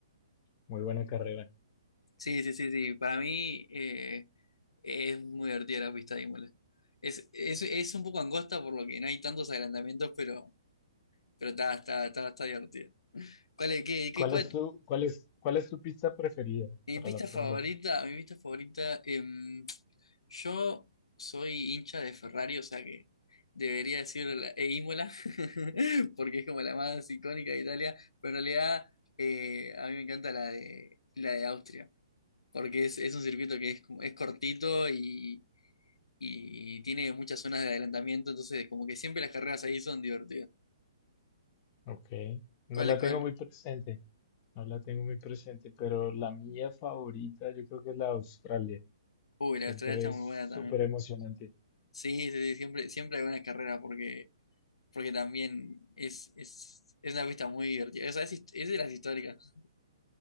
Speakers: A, on the left; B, on the left.
A: Muy buena carrera.
B: Sí, sí, sí, sí. Para mí eh, es muy divertida la pista de Imola. Es, es, es un poco angosta por lo que no hay tantos adelantamientos, pero, pero está, está, está, está divertida. ¿Cuál es, qué,
A: ¿Cuál
B: qué- cuál-
A: es tu, cuál es, cuál es tu pista preferida
B: Mi
A: para
B: pista
A: la Fórmula
B: favorita,
A: Uno?
B: mi pista favorita, em, yo soy hincha de Ferrari, o sea que debería decir la, e Imola, <laughs> porque es como la más icónica de Italia, pero en realidad eh, a mí me encanta la de, la de Austria, porque es, es un circuito que es, como- es cortito y, y tiene muchas zonas de adelantamiento, entonces como que siempre las carreras ahí son divertidas.
A: Ok, no
B: ¿Cuál,
A: la
B: cuál?
A: tengo muy presente, no la tengo muy presente, pero la mía favorita yo creo que es la de Australia.
B: Uy,
A: Siempre
B: la de Australia está
A: es
B: muy
A: súper
B: buena también.
A: emocionante.
B: Sí, sí, sí, siempre, siempre hay buenas carreras porque porque también es, es, es una pista muy divertida. O sea, es, hist- es de las históricas.